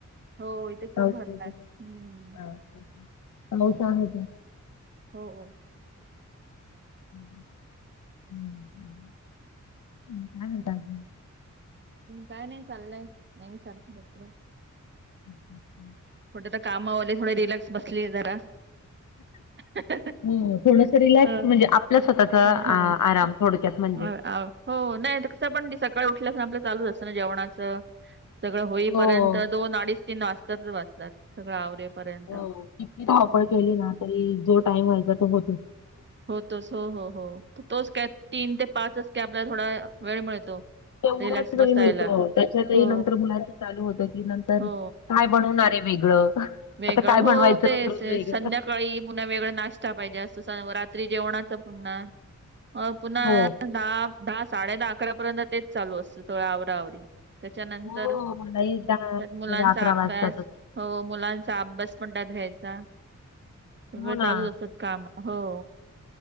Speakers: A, on the right; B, on the left.
A: हो इथे
B: पाऊस
A: खूप भरलाय. हम्म
B: <unintelligible> मऊ छान होते.
A: हो हो..
B: हम्् हम् हम्.. काय म्हणता
A: तेच.
B: अजून..
A: काय नाही चाललंय, नेहमी सारख आपल.
B: हं हं <unintelligible>
A: कुठ तर, कामवाली थोडी रिलॅक्स बसलीये जरा. <unintelligible>
B: हम्म्म.. थोडस रिलॅक्स
A: अ
B: म्हणजे, आपल्या स्वतःचा
A: पण हो
B: आ आराम थोडक्यात म्हणजे..
A: अ आ हो नाही तर पण सकाळी उठल्या आपलं चालूच असतं ना जेवणाचं. सगळं होईपर्यंत
B: हो
A: दोन अडीच तीन वाजताच वाजतात सगळं आवरेपर्यंत.
B: हो किती धावपळ
A: हम्म.
B: केली ना तरी जो टाईम व्हायचा तो होतो <unintelligible>
A: होतोच हो हो हो तोच काय तीन ते पाचच काय आपल्याला थोडा वेळ मिळतो.
B: तेवढाच
A: रिलॅक्स बसायला.
B: वेळ मिळतो त्याच्यातही
A: हो,
B: नंतर मुलांचं चालू होत की नंतर
A: हो.
B: काय बनवणार आहे वेगळं?
A: वेगळं
B: आता काय
A: हो
B: बनवायचं
A: तेच
B: रोज रोज
A: तेच
B: वेगळं
A: संध्याकाळी पुन्हा वेगळ नाश्ता पाहिजे अस स रात्री जेवणाच पुन्हा पुन्हा
B: हो
A: दहा दहा साडे दहा अकरापर्यंत तेच चालू असत सोळा अवरा अवरी त्याच्यानंतर
B: हो
A: त्यात
B: मलाही दहा
A: मुलांचा
B: अकरा
A: अभ्यास
B: वाजतातच
A: हो मुलांचा अभ्यास पण त्यात घ्यायचा सगळं
B: हो ना
A: चालू असत काम हो.